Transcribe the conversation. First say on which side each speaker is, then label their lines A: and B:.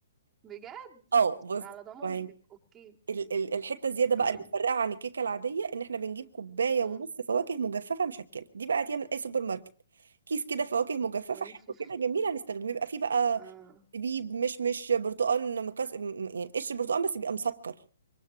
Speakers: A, on the right; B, on the right.
A: بجد
B: اه بص
A: على ضمانتك
B: وهن-
A: اوكي
B: ال- ال- الحته الزياده بقى
A: <clears throat>
B: اللي بتفرقها عن الكيكه العاديه ان احنا بنجيب كوبايه
A: مم.
B: ونص فواكه مجففه مشكله دي بقى هتيجي من اي سوبر ماركت كيس كده فواكه مجففه
A: وافف
B: حلو كده جميل هنستخدمه بيبقى فيه بقى
A: اه
B: زبيب مش مش برتقال مكس م- م- يعني قشر برتقال بس بيبقى مسكر